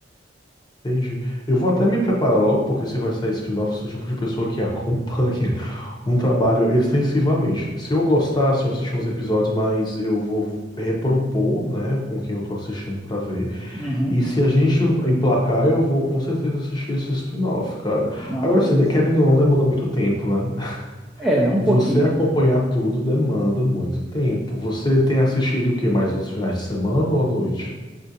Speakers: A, on the left (about 25°); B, in the centre.
A: Entendi. Eu vou até me preparar logo, porque se vai sair spin-off, eu sou o tipo de pessoa que acompanha <laughs> um trabalho extensivamente. Se eu gostasse, eu assisti uns episódios, mas eu vou repropor, né, com quem eu tô assistindo pra ver.
B: Uhum.
A: E se a gente emplacar, eu vou com certeza assistir esse spin-off, cara.
B: Não,
A: Agora,
B: beleza.
A: assim, de- querendo ou não, demanda muito tempo, né? <laughs>
B: É, um
A: Você
B: pouquinho.
A: acompanhar tudo demanda muito tempo. Você tem assistido o que mais nos finais de semana ou à noite?